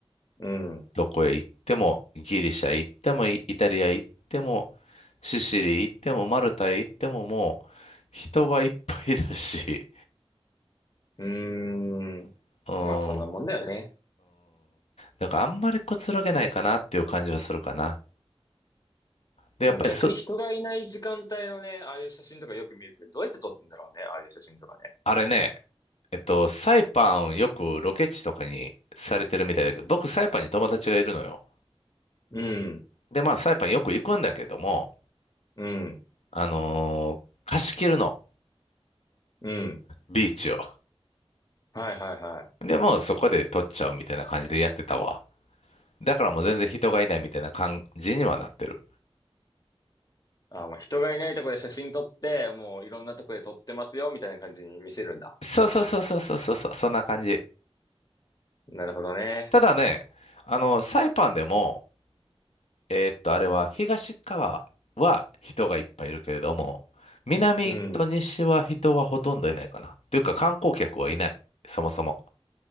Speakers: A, on the left; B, on the left.
A: うん、
B: どこへ行っても、ギリシャ行っても、イイタリア行っても、シシリ行っても、マルタへ行っても、もう、人はいっぱいだし、
A: うん。
B: <laughs> うん、
A: まあそんなもんだよね。
B: うん。だからあんまりくつろげないかなっていう感じはするかな。で、やっぱりす、
A: でも逆に人がいない時間帯のね、ああいう写真とかよく見るけど、どうやって撮ってんだろうね、ああいう写真とかね。
B: あれね、えっと、サイパンよくロケ地とかにされてるみたいだけど、僕サイパンに友達がいるのよ。
A: うん、
B: で、まあサイパンよく行くんだけども、
A: うん、
B: あのー貸し切るの、
A: うん。
B: ビーチを。
A: はいはいはい。
B: で、もうそこで撮っちゃうみたいな感じでやってたわ。だからもう全然人がいないみたいな感じにはなってる。
A: あ、まあ人がいないとこで写真撮って、もういろんなとこで撮ってますよ、みたいな感じに見せるんだ。
B: そうそうそうそうそうそうそう、そんな感じ。
A: なるほどね。
B: ただね、あの、サイパンでも、えーっと、あれは東側は人がいっぱいいるけれども、南と西は人はほとんどいないかな。
A: うん。
B: というか観光客はいない。そもそも。